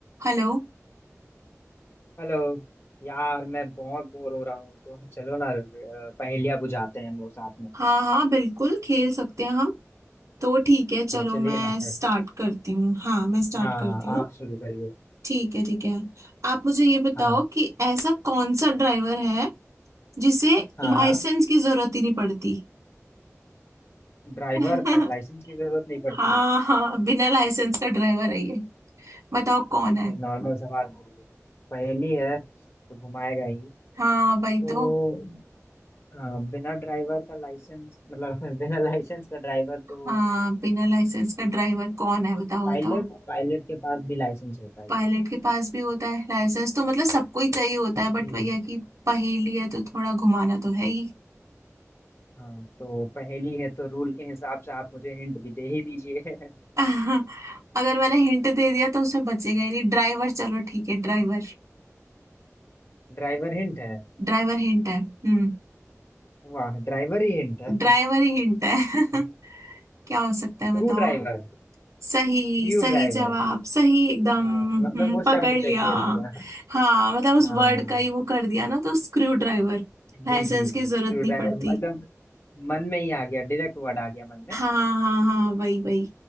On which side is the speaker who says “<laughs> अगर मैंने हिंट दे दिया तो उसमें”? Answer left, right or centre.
Right